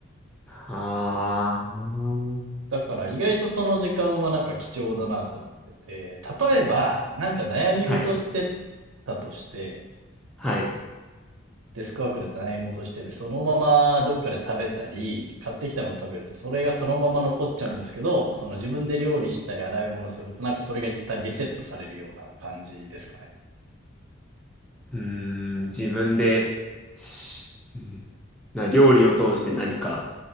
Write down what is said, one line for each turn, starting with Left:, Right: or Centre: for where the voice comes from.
Centre: あー。
Right: だから意外とその時間はなんか貴重だなと思ってて、例えば、なんか悩み事して
Centre: はい。
Right: たとして、
Centre: はい。
Right: デスクワークで洗い戻してて、そのままどっかで食べたり、買ってきたのを食べると、それがそのまま残っちゃうんですけど、その自分で料理したり洗い物すると、なんかそれが一旦リセットされるような感じですかね。
Centre: うーん、自分で、しうんな、料理を通して何か、